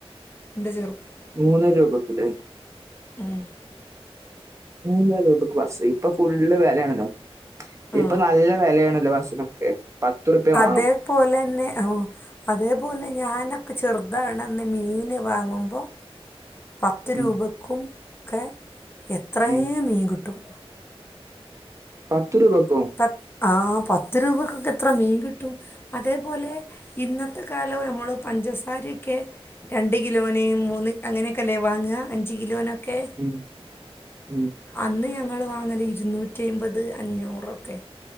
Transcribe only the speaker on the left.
എ ചെുപ്പ
ഉം
ആ
അതേപോലെന്നെ അതേപോലെ ഞാനൊക്കെ ചെറുതണെന്ന് മീൻ വാങ്ങുമ്പോൾ പത്ത്
രൂപയ്ക്കുംക്കെ എത്രയ
മീൻ കിട്ടും
ത ആ് പത്തുരൂപക്കൊക്കെ എത്ര മീൻ കിട്ടും അതേപൊലെ ഇന്നത്തെ കാലവും നമ്മള് പഞ്ചസാര ക്ക് രണ്ട് കിലോനേ മൂന്ന് അങ്ങനെയൊക്കെ അല്ലേ വാങ്ങുക അഞ്ച് കിലോനൊക് ക്കെ
അന്ന് ഞങ്ങൾ വാങ്ങല് ഇരുന്നൂറ്റിഐമ്പത് അഞ്ഞൂറ്. ഓക്കേ